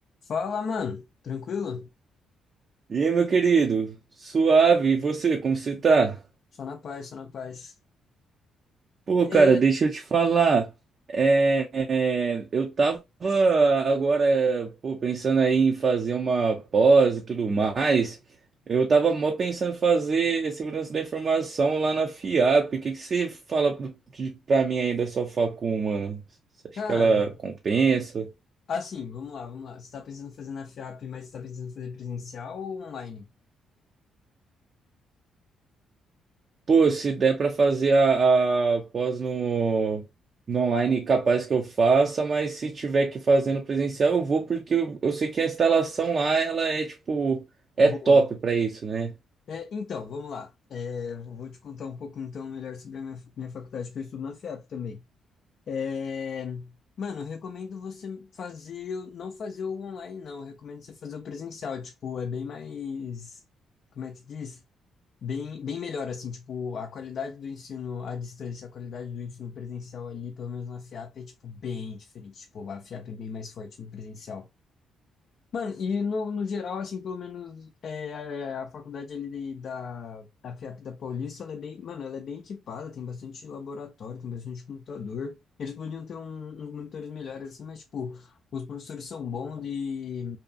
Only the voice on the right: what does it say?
E aí, meu querido? Suave, e você, como você tá?
Pô, cara,
deixa eu te falar. É, é, eu tava agora, pô, pensando aí em fazer uma pós e tudo mais. Eu tava mó pensando em fazer segurança da informação lá na FIAP. O que que você fala pro- de- pra mim aí da sua facul, mano? Você acha
que ela compensa?
Pô, se der pra fazer a, a pós no, no online, capaz que eu faça, mas se tiver que fazer no presencial, eu vou porque eu, eu sei que a instalação lá, ela é tipo, é
top pra isso, né?